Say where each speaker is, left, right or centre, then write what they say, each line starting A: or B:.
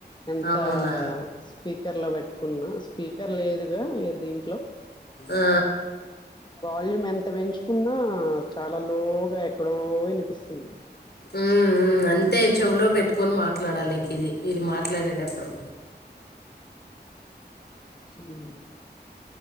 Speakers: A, on the left; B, on the left.
A: ఎంత
B: అవునా
A: స్పీకర్ లో పెట్ కున్నా స్పీకర్ లేదుగా దీంట్లో
B: ఆ
A: వాల్యూం ఎంత పెంచుకున్నా చాలా లోగా ఎక్కడో వినిపిస్తుంది
B: ఉ అంతే చెవులో పెట్టుకొని మాట్లాడాలికి ఇది ఇది మాట్లాడేటప్పుడు
A: ఉమ్